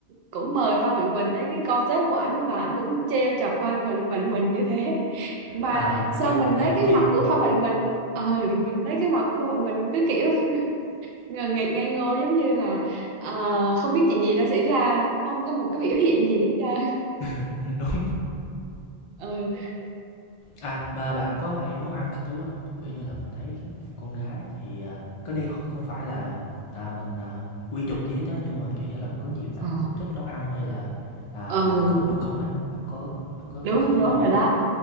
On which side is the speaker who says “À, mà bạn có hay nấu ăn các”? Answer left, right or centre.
Left